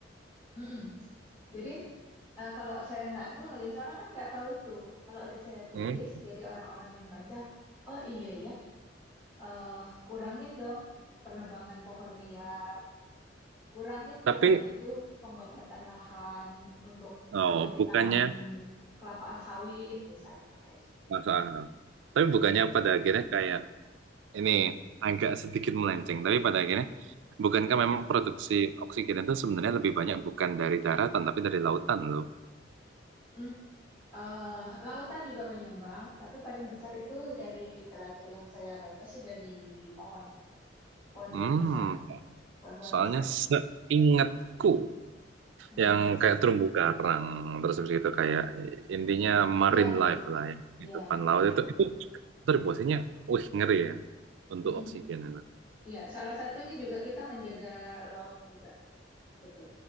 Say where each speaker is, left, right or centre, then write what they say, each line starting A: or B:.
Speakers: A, on the left (about 30°); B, on the right (about 75°).
A: Mm-mm. Jadi eh, kalau saya nggak nulis, orang kan nggak tahu itu. Kalau udah saya tulis,
B: Hmm.
A: jadi orang-orang yang baca, oh iya ya, eh, kurangin dong penebangan pohon liar, kurangin
B: Tapi
A: dong itu pembabatan lahan untuk
B: oh,
A: eh, ditanamin
B: bukannya
A: kelapa sawit misalnya kayak
B: masuk akal. Tapi bukannya
A: Hmm.
B: pada akhirnya kayak ini agak sedikit melenceng, tapi pada akhirnya bukankah
A: Mm,
B: memang produksi oksigen itu sebenarnya lebih banyak bukan dari daratan tapi dari lautan loh.
A: mm. Eh, lautan juga menyumbang, tapi paling besar itu dari literatur yang saya baca sih dari pohon, pohon-pohon
B: Hmm,
A: besar, pohon-pohon
B: soalnya
A: besar.
B: seingatku
A: Hmm.
B: yang kayak terumbu karang terus habis itu kayak intinya marine
A: Ya, ya,
B: life lah ya,
A: ya,
B: kehidupan laut
A: ya.
B: itu itu kontribusinya, wih ngeri ya untuk
A: Mm-mm.
B: oksigen itu.
A: Ya, salah satunya juga kita menjaga laut juga, betul.